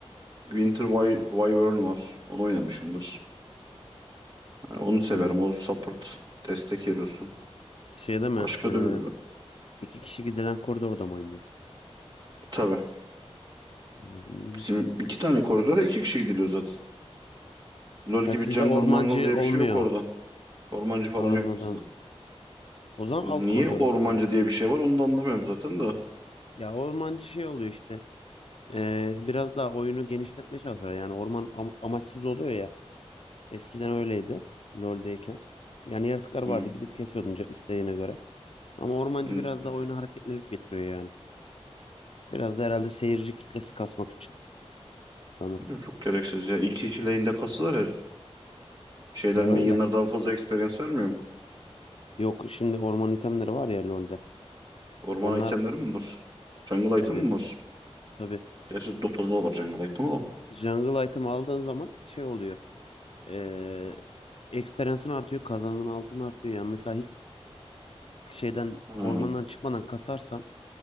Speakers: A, on the right (about 40°); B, on the left (about 60°).
A: Winter Wy- Wyvern var. Onu oynamışımdır. Yani onu severim.
B: Hmm.
A: O support destek hero'su.
B: Şeyde mi?
A: Başka
B: Ee,
A: da böyle.
B: iki kişi gidilen koridorda mı oynuyor?
A: Tabii.
B: Anladım iyiymiş.
A: Bizim iki tane koridora iki kişi gidiliyor zaten. LoL
B: Ha
A: gibi
B: sizde
A: jungle
B: ormancı
A: mangle diye
B: olmuyor.
A: bir şey yok orada. Ormancı falan
B: Anladım.
A: yok bizde.
B: O zaman
A: Niye
B: alt koridora
A: ormancı
B: gidiyor.
A: diye bir şey var onu da anlamıyorum zaten de.
B: Ya ormancı şey oluyor işte. Ee, biraz daha oyunu genişletmeye çalışıyor. Yani orman am- amaçsız oluyor ya. Eskiden öyleydi. LoL'deyken. Yani yaratıklar vardı
A: Hmm.
B: gidip kesiyordun ca- isteğine göre. Ama ormancı
A: Bilmiyorum,
B: biraz daha oyuna hareketlilik getiriyor yani. Biraz da herhalde seyirci kitlesi kasmak için sanırım.
A: Çok gereksiz ya. İlk iki lane'de kasılar ya. Şeyler
B: Ya
A: minyonlar
B: öyle.
A: daha fazla experience vermiyor mu?
B: Yok şimdi orman itemleri var ya LoL'de.
A: Orman
B: Onlar
A: itemleri mi var? Jungle
B: Tabii
A: item mi var?
B: tabii.
A: Gerçi Dota'da da var jungle item o da.
B: Jungle item aldığın zaman şey oluyor. Eee experience'ın artıyor. Kazandığın altın artıyor. Yani mesela hiç şeyden
A: Ha.
B: ormandan çıkmadan kasarsan